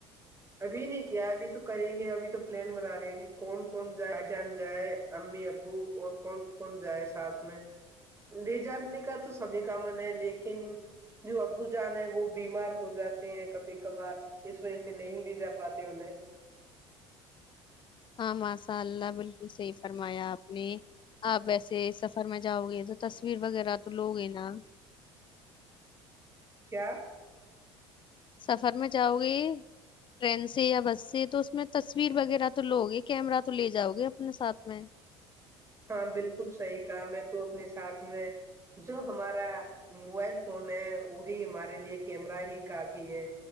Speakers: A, on the right; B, on the left.
A: ابھی نہیں کیا ابھی تو کریں گے ابھی تو پلان بنا رہے ہیں کہ کون کون جائے جان جائے امی ابو اور کون کون جائے ساتھ میں لے جانے کا تو سبھی کا من ہے لیکن جو ابو جان ہے وہ بیمار ہو جاتے ہیں کبھی کبھار اس وجہ سے نہیں لدا پاتات ان نے
B: ہاں ماشاء اللہ بالکل صحیح فرمایا آپ نے آپ ویسے سفر میں جاؤ گے تو تصویر وغیرہ تو لوگ ہیں نا
A: کیا <unintelligible>
B: سفر میں جاؤ گے ٹرین سے یا بس سے تو اس میں تصویر وغیرہ تو لوؤ گے کیمرہ تو لے جاؤ گے اپنے ساتھ میں
A: ہاں بالکل صحیح کہا میں تو اپنے ساتھ میں جو ہمارا موبائل فون ہے وہی ہمارے لیے کیمرہ ہی کافی ہے